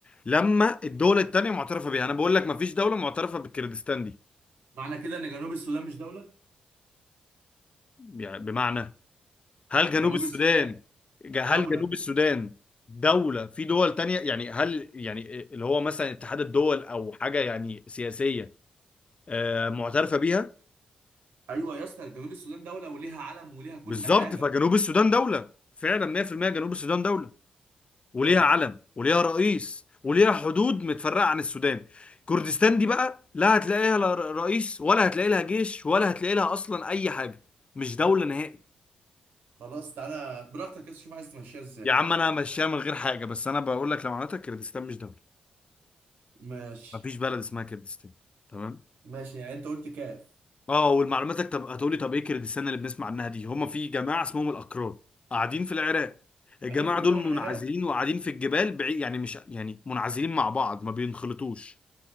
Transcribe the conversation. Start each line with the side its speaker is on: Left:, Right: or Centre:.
Left: لما الدولة التانية معترفة بيها انا بقول لك مفيش دولة معترفة بالكردستان دي
Right: معنى كده ان جنوب السودان مش دوله
Left: يعني بمعنى هل
Right: جنوب
Left: جنوب السودان
Right: السودان
Left: ج- هل
Right: دوله
Left: جنوب السودان دولة في دول تانية يعني هل يعني اللي هو مثلا اتحاد الدول او حاجة يعني سياسية آه، معترفة بيها
Right: ايوه يا اسطى جنوب السودان دوله وليها علم وليها كل
Left: بالظبط
Right: حاجه
Left: فجنوب السودان دولة فعلا 100% جنوب السودان دولة وليها
Right: اه
Left: علم وليها رئيس وليها حدود متفرقة عن السودان كردستان دي بقى لا هتلاقي لها ر- رئيس ولا هتلاقي لها جيش ولا هتلاقي لها أصلا أي حاجة مش دولة نهائي
Right: خلاص تعالى براحتك يا اسطى شوف عايز تمشيها ازاي
Left: يا عم أنا ماشيها من غير حاجة بس أنا بقول لك لو معناتها كردستان مش دولة
Right: ماشي
Left: مفيش بلد اسمها كردستان تمام
Right: ماشي يعني انت قلت كاف
Left: اه والمعلوماتك طب هتقولي طب ايه كردستان اللي بنسمع عنها دي هما في جماعة اسمهم الأكراد قاعدين في العراق الجماعة
Right: عارفهم
Left: دول
Right: هما
Left: منعزلين
Right: من العراق
Left: وقاعدين في الجبال بعيد يعني مش يعني منعزلين مع بعض ما بينخلطوش